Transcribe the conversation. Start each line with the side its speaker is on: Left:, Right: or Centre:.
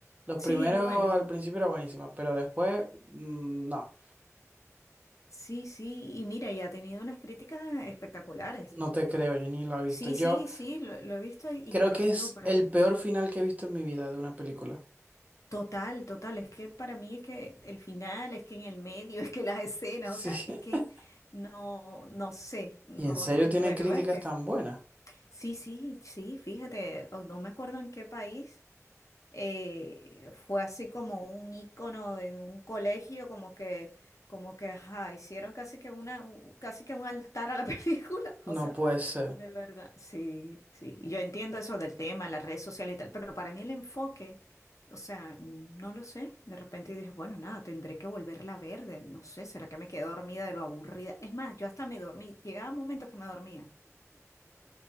Right: Los
Left: sí,
Right: primeros
Left: bueno,
Right: al principio era buenísima, pero después, mm, no.
Left: sí, sí, y mira, y ha tenido unas críticas espectaculares.
Right: No te creo, yo ni la he visto.
Left: Sí,
Right: Yo
Left: sí, sí, lo, lo he visto y, y
Right: creo
Left: yo
Right: que
Left: digo,
Right: es
Left: pero
Right: el peor final que he visto en mi vida de una película.
Left: total, total, es que para mí es que el final, es que en el medio, <laughs> es que las escenas,
Right: Sí.
Left: o sea, es que
Right: <laughs>
Left: no, no sé, no,
Right: ¿Y en serio
Left: no,
Right: tiene
Left: bueno,
Right: críticas
Left: es que
Right: tan buenas?
Left: sí, sí, sí, fíjate, o no me acuerdo en qué país. eh, fue así como un icono de un colegio, como que, como que, ajá, hicieron casi que una, un- casi que un altar a la <laughs> película,
Right: No
Left: o sea,
Right: puede ser.
Left: de verdad. Sí, sí, y yo entiendo eso del tema, las redes sociales y tal, pero para mí el enfoque, o sea, no lo sé, de repente dije, bueno, nada, tendré que volverla a ver, de- no sé, ¿será que me quedé dormida de lo aburrida? Es más, yo hasta me dormí, llegaba momentos que me dormía.